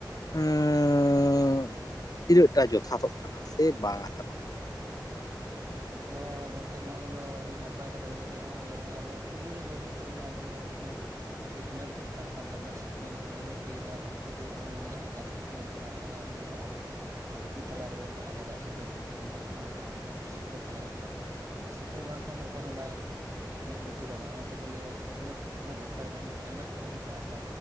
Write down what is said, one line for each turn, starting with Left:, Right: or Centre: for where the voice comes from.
Left: ᱟᱸᱻ ᱛᱤᱱᱟᱹᱜᱴᱟ ᱡᱚᱛᱷᱟᱛᱚᱜ ᱠᱟᱱᱟ ᱥᱮ ᱵᱟᱝ ᱼᱟ ᱠᱟᱱᱟ?
Right: ᱟᱫᱚ ᱜᱚᱝᱠᱮ ᱱᱚᱣᱟᱜ ᱫᱚ ᱟᱹᱰᱤ ᱱᱟᱯᱟᱭ ᱠᱟᱛᱷᱟ ᱜᱮᱵᱚᱱ ᱞᱮᱭᱮᱜᱼᱟ ᱾ᱱᱚᱜᱼᱚᱭ ᱡᱮ ᱟᱵᱚ ᱯᱳᱞᱳ ᱨᱮ ᱞᱟᱹᱭ ᱦᱳᱭᱳᱜ ᱛᱟᱵᱚᱱᱟ ᱟᱵᱚ ᱫᱚ ᱦᱳᱭᱳᱜ ᱠᱟᱱᱟ ᱥᱤᱠᱷᱱᱟᱹᱛ ᱫᱚᱨᱠᱟᱨ ᱠᱟᱱ ᱛᱟᱵᱚᱱᱟ ᱥᱤᱠᱷᱱᱟᱹᱛ ᱫᱚ ᱱᱤᱦᱟᱹᱛᱤ ᱱᱚᱣᱟ ᱫᱷᱟᱹᱨᱛᱤ ᱨᱮ ᱛᱚᱞ ᱢᱮᱱᱟᱜ ᱟᱠᱟᱫ ᱥᱤᱵ ᱱᱟᱹᱫ ᱜᱮ ᱢᱟᱨᱥᱟᱞᱮ ᱟᱹᱜᱩᱭᱟ ᱟᱨ ᱫᱷᱟᱹᱨᱛᱤ ᱛᱟᱞᱟ ᱨᱮᱜᱮᱵᱚᱱ ᱛᱟᱦᱮ ᱫᱟᱲᱮᱭᱟᱜᱼᱟ, ᱥᱤᱠᱷᱱᱟᱹᱛ ᱵᱟᱝᱠᱷᱟᱱ ᱥᱤᱠᱷᱱᱟᱹᱛ ᱛᱟᱦᱮᱸ ᱞᱮᱱᱠᱷᱟᱱ ᱟᱨ ᱥᱤᱠᱷᱱᱟᱹᱛ ᱵᱟᱝᱠᱷᱟᱱ ᱫᱚ ᱚᱠᱚᱭ ᱦᱚᱸ ᱵᱟᱭ ᱢᱮᱸᱫ ᱞᱩᱛᱩᱨᱟᱢᱟ ᱚᱱᱟ ᱛᱮᱠᱚ ᱞᱟᱹᱭᱟ ᱥᱤᱠᱷᱱᱟᱹᱛ ᱫᱚ ᱫᱚᱨᱠᱟᱨ ᱠᱟᱱ ᱜᱮ ᱡᱟᱦᱟᱱᱟᱜ ᱜᱮᱵᱚᱱ ᱪᱟᱥᱟ